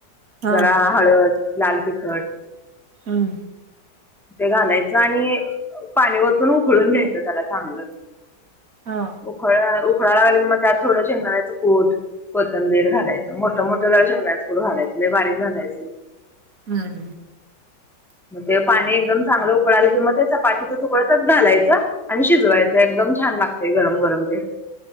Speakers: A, on the right (about 50°); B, in the centre.
A: हा
B: जरा हळद, लाल तिखट.
A: हम,
B: ते घालायचं आणि'' अ पाणी वतून उकळून घ्यायचं त्याला चांगलं.
A: हा,
B: उखळं उखळा लागला की मग त्यात थोडं शेंगदाण्याचं कुट कोथंबीर घालायचं मोठ. मोठं मोठं जरा शेंगदाण्याचं कुट घालायचं लई बारीक घालायचे नाही.
A: हूं हूं,
B: मग ते पाणी एकदम चांगलं उकळालं कि मग ते चपातीचं तुकडं त्यात घालायचं. आणि शिजवायचं एकदम छान लागतंय गरम गरम तेन.